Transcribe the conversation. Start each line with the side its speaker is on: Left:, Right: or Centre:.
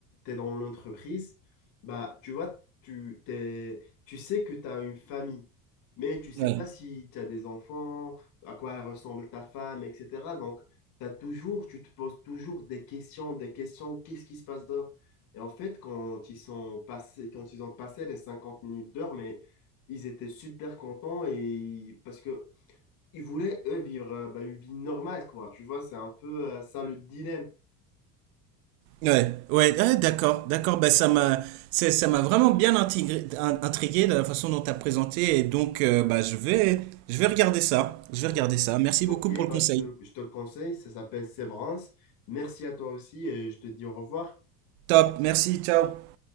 Left: dans l'entreprise, bah, tu vois, tu, t'es- tu sais que tu as une famille, mais tu sais
Right: Ouais.
Left: pas si tu as des enfants, à quoi ressemble ta femme, etc. Donc, t'as toujours, tu te poses toujours des questions, des questions, qu'est-ce qui se passe dehors? Et en fait, quand ils sont passés, quand ils ont passé les 50 minutes d'heure, mais ils étaient super contents et parce que ils voulaient, eux, vivre euh, bah, une vie normale, quoi. Tu vois, c'est un peu euh, ça le dilemme.
Right: Ouais, ouais, ouais, d'accord, d'accord. Bah, ça m'a, c'est- ça m'a vraiment bien intégré- in- intrigué de la façon dont tu as présenté. Et donc, euh, bah, je vais, je vais regarder ça. Je vais regarder
Left: O-
Right: ça. Merci
Left: Ok,
Right: beaucoup pour
Left: bah,
Right: le conseil.
Left: je te, je te le conseille, ça s'appelle Sévrance. Merci à toi aussi et je te dis au revoir.
Right: Top, merci, ciao.